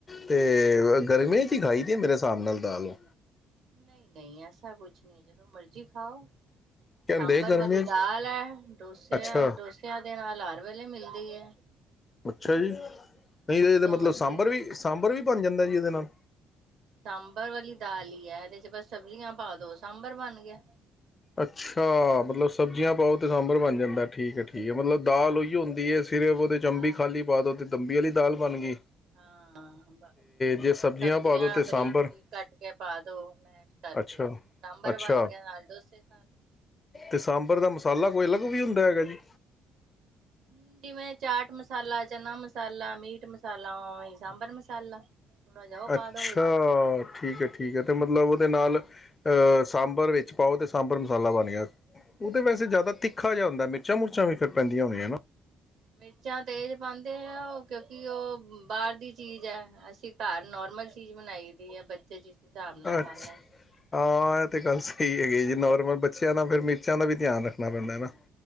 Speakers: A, on the left; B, on the right.
A: ਤੇ ਗਰਮੀਆਂ ਚ ਹੀ ਖਾਈ ਮੇਰੇ ਹਿਸਾਬ ਨਾਲ ਦਾਲ ਓ
B: ਨਹੀਂ ਨਹੀਂ ਐਸਾ ਕੁਛ ਨਹੀਂ ਹੈ ਜਦੋਂ ਮਰਜ਼ੀ ਖਾਓ।
A: ਕਹਿੰਦੇ
B: ਸਾਂਬਰ
A: ਗਰਮੀਆਂ
B: ਵਾਲੀ
A: 'ਚ
B: ਦਾਲ ਹੈ ਡੋਸਿਆਂ
A: ਅੱਛਾ
B: ਡੋਸਿਆਂ ਦੇ ਨਾਲ। ਫਲਾਰ ਵੇਲੇ ਮਿਲਦੀ ਹੈ।
A: ਅੱਛਾ ਜੀ ਨਹੀਂ ਇਹਦਾ
B: ਜਦੋਂ
A: ਮਤਲਬ
B: ਮਰਜ਼ੀ
A: ਸਾਂਬਰ ਵੀ, ਸਾਂਬਰ ਵੀ ਬਣ ਜਾਂਦਾ ਜੀ ਉਹਦੇ ਨਾਲ।
B: ਸਾਂਬਰ ਵਾਲੀ ਦਾਲ ਹੀ ਆ ਇਹਦੇ ਚ ਬਸ ਸਬਜ਼ੀਆਂ ਪਾ ਦੋ ਸਾਂਬਰ ਬਣ ਗਿਆ।
A: ਅੱਛਾ ਮਤਲਬ ਸਬਜ਼ੀਆਂ ਪਾਓ ਤੇ ਸਾਂਬਰ ਬਣ ਜਾਂਦਾ। ਠੀਕ ਹੈ ਠੀਕ ਹੈ ਮਤਲਬ ਦਾਲ ਓਹੀ ਹੁੰਦੀ ਹੈ ਫਿਰ ਉਹਦੇ
B: ਦਾਲ
A: ਅਮਬੀ ਖਾਲੀ ਪਾ ਦੋ। ਦੰਬੀ ਵਾਲੀ ਦਾਲ ਬਣ ਗਈ।
B: ਹਾਂ ਬਸ ਤੇ
A: ਜੇ
B: ਹੋਰ ਸਬਜ਼ੀਆਂ
A: ਪਾ ਦੋ ਤੇ
B: ਬਰੀਕ
A: ਸਾਂਬਰ
B: ਬਰੀਕ ਕੱਟ ਕੇ ਪਾ ਦੋ ਮੈਸ਼ ਕਰਕੇ
A: ਅੱਛਾ
B: ਸਾਂਬਰ
A: ਅੱਛਾ
B: ਬਣ ਗਿਆ ਨਾਲ ਡੋਸੇ। ਖਾ ਲੋ।
A: ਤੇ ਸਾਂਬਰ ਦਾ ਮਸਾਲਾ। ਅਲਗ ਅਲੱਗ ਵੀ ਹੁੰਦਾ ਹੈਗਾ ਜੀ।
B: ਹਮ ਜਿਵੇਂ ਚਾਟ ਮਸਾਲਾ, ਚਨਾ ਮਸਾਲਾ, ਮੀਟ ਮਸਾਲਾ, ਉਵੇਂ ਸਾਂਬਰ ਮਸਾਲਾ ਜਾ ਉਹ ਪਾ
A: ਅੱਛਾ
B: ਦੋ ਵਿੱਚ
A: ਠੀਕ ਹੈ ਠੀਕ ਹੈ ਤੇ ਮਤਲਬ ਦੇ ਨਾਲ ਅਹ ਸਾਂਬਰ ਵਿੱਚ ਪਾਓ ਤੇ ਸਾਂਬਰ ਮਸਾਲਾ ਬਣ ਗਿਆ ਉਹਦੇ
B: ਹਾਂਜੀ
A: ਵੈਸੇ ਜ਼ਿਆਦਾ
B: ਹਾਂਜੀ।
A: ਤਿੱਖਾ ਜਿਹਾ ਹੁੰਦਾ ਮਿੱ। ਮਿਰਚਾਂ ਮੁਰਚਾ ਵੀ ਫੇਰ ਪੈਂਦੀਆਂ ਹੋਣੀਆਂ ਹਨਾ।
B: ਮਿਰਚਾਂ ਤੇਜ਼ ਪਾਉਂਦੇ ਹੈ ਉਹ ਕਿਉਂਕਿ ਉਹ ਬਾਹਰ ਦੀ ਚੀਜ਼ ਹੈ ਅਸੀਂ ਘਰ ਨੋਰਮਲ ਚੀਜ਼ ਬਣਾਈ ਦੀ ਹੈ ਬੱਚੇ ਜ ਹਿਸਾਬ
A: ਨਾ
B: ਨਾਲ
A: ਅੱਛਾ
B: ਖਾ ਲੈਣ
A: ਹਾਂ ਇਹ ਤੇ ਗੱਲ ਸਹੀ ਹੈਗੀ ਜੀ ਨੋਰਮਲ ਬੱਚਿਆਂ ਦਾ ਫਿਰ ਮਿਰਚਾਂ ਦਾ ਵੀ ਧਿਆਨ ਰੱਖਣਾ ਪੈਂਦਾ ਹੈ ਨਾ